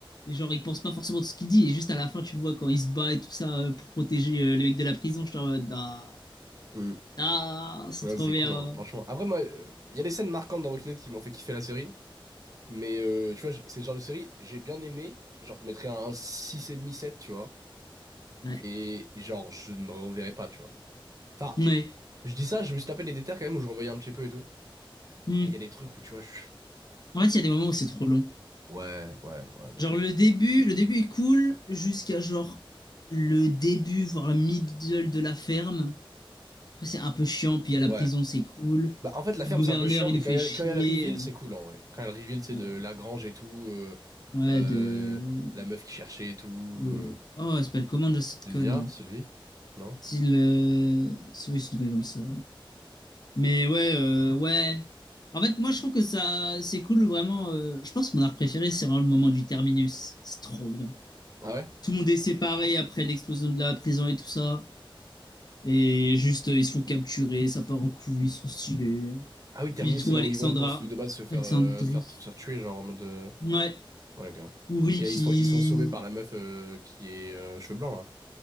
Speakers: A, on the left; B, on the right.
A: Et genre, il pense pas forcément de ce qu'il dit. Et juste à la fin, tu le vois quand il se bat et tout ça euh, pour protéger euh, les mecs de la prison. Je suis en mode, ah,
B: Mm.
A: ah, c'est
B: Ouais,
A: trop
B: c'est
A: bien.
B: cool, hein, franchement. Après, moi, euh, il y a des scènes marquantes dans Walking Dead qui m'ont fait kiffer la série, mais euh, tu vois, je- c'est le genre de série, j'ai bien aimé, genre, je mettrais un 65 sept tu vois,
A: Ouais.
B: et genre, je ne reverrai pas, tu vois. Enfin,
A: Ouais.
B: je dis ça, je me suis tapé des détails quand même où je revoyais un petit peu et tout,
A: Hmm.
B: mais il y a des trucs où, tu vois, je...
A: En fait, il y a des moments où c'est trop long.
B: Ouais, ouais, ouais, de
A: Genre,
B: ouf.
A: le début, le début est cool jusqu'à genre le début, voire le middle de la ferme. Après, c'est un peu chiant. Puis à la
B: Ouais.
A: prison, c'est cool.
B: Bah, en fait, la
A: Puis
B: ferme,
A: le gouverneur,
B: c'est un peu chiant,
A: il
B: mais
A: nous
B: quand
A: fait
B: il y a,
A: chier.
B: quand il y a le reveal, c'est cool, en vrai. Quand il y a le reveal, c'est
A: Ouais.
B: de la grange et tout, euh,
A: Ouais,
B: euh,
A: de.
B: la meuf qui cherchait et tout.
A: de...
B: euh,
A: Oh, elle s'appelle comment, déjà, cette
B: Sylvia?
A: conne?
B: Sylvie? Non?
A: S'il, euh, si oui, s'il connaît comme ça. Mais ouais, euh, ouais. En fait, moi, je trouve que ça, c'est cool, vraiment. euh, je pense que mon art préféré, c'est vraiment le moment du terminus. C'est trop bien.
B: Ah ouais?
A: Tout le monde est séparé après l'explosion de la prison et tout ça. Et juste, euh, ils se font capturer, ça part en couille, c'est trop stylé.
B: Ah oui, Terminus,
A: Puis ils trouvent
B: c'est là
A: Alexandra.
B: où ils vont pour se, de base se faire,
A: Alexandrie.
B: euh, se faire, se faire tuer, genre en mode. euh,
A: Ouais.
B: Ouais, ok.
A: Ou Ricky.
B: Et ils sont, ils sont sauvés par la meuf euh, qui est euh, cheveux blancs, là.